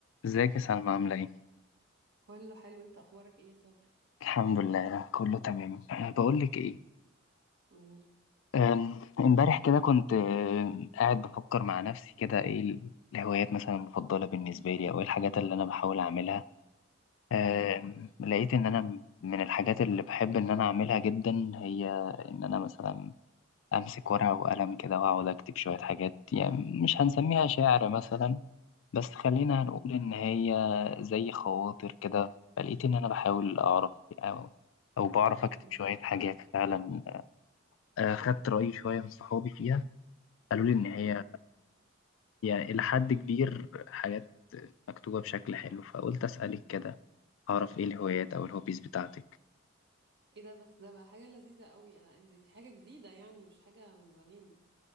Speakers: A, on the left (about 70°); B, on the right (about 55°).
A: ازيك يا سلمى عاملة ايه؟
B: كله حلو انت اخبارك ايه يا صبري
A: الحمد لله كله تمام أه، بقولك ايه
B: ايه
A: أم، امبارح كده كنت أم، قاعد بفكر مع نفسي كده ايه ال- الهوايات مثلا المفضلة بالنسبة لي او ايه الحاجات اللي انا بحاول اعملها أم،
B: مم.
A: لقيت ان انا م- من الحاجات اللي بحب ان انا اعملها جدا هي ان انا مثلا امسك ورقة وقلم كده واقعد اكتب شوية حاجات يعني مش هنسميها شعر مثلا بس خلينا
B: مم.
A: نقول إن هي زي خواطر كده فلقيت إن أنا بحاول أعرف أو, أو بعرف أكتب
B: مم.
A: شوية حاجات فعلا آه، خدت رأي شوية من صحابي فيها قالوا لي إن هي
B: مم.
A: يعني إلى حد كبير حاجات مكتوبة بشكل حلو فقلت أسألك كده أعرف إيه الهوايات أو الهوبيز بتاعتك
B: ايه ده بس ده بقى حاجة لذيذة قوي انا دي دي حاجة جديدة يعني مش حاجة من زمان